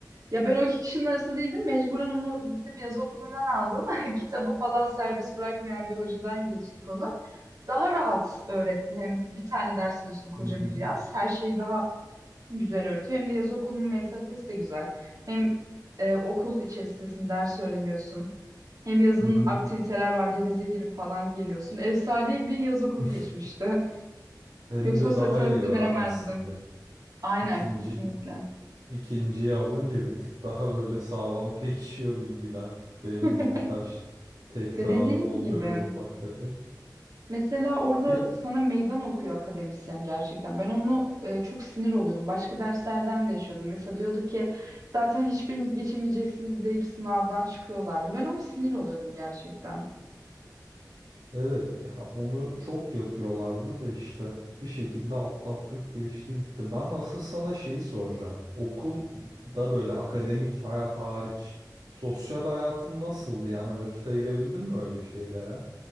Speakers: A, on the right (about 55°); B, on the right (about 70°).
A: Ya ben o iki kişinin arasında değildim. Mecburen onu gittim yaz okulundan aldım. <laughs> Kitabı falan serbest bırakmayan bir hocadan geçtik onu. Daha rahat öğretti. Hem bir tane ders alıyorsun koca
B: Hı hı.
A: bir yaz. Her şeyi daha güzel öğretiyor. Hem de yaz okulunun mentalitesi de güzel. Hem e, okul içerisinde ders öğreniyorsun. Hem yazın
B: Hı hı.
A: aktiviteler var denize girip falan geliyorsun. Efsane bir yaz okulu
B: <laughs>
A: geçmişti.
B: Hem
A: Yoksa
B: de
A: o ses
B: daha
A: hızlı
B: iyi öğrenmişsindir.
A: veremezdim. Aynen
B: İkinci
A: kesinlikle.
B: ikinciye alınca bir tık daha böyle sağlam pekişiyor bilgiler. Benim
A: <laughs>
B: de birkaç tekrarım
A: Ya dediğin
B: oldu
A: gibi
B: öyle ufak tefek.
A: mesela orada
B: Pe-
A: sana meydan okuyor akademisyen gerçekten. Ben onu e, çok sinir oluyordum. Başka derslerden de yaşıyordum. Mesela diyordu ki zaten hiçbiriniz geçemeyeceksiniz deyip sınavdan çıkıyorlardı. Ben onu sinir oluyordum gerçekten.
B: Evet ya onu çok yapıyorlardı da işte bir şekilde atlattık geçti gitti. Ben asıl sana şeyi soracağım. Okulda böyle akademik hayat hariç sosyal hayatın nasıldı yani vakit ayırabildin mi öyle şeylere?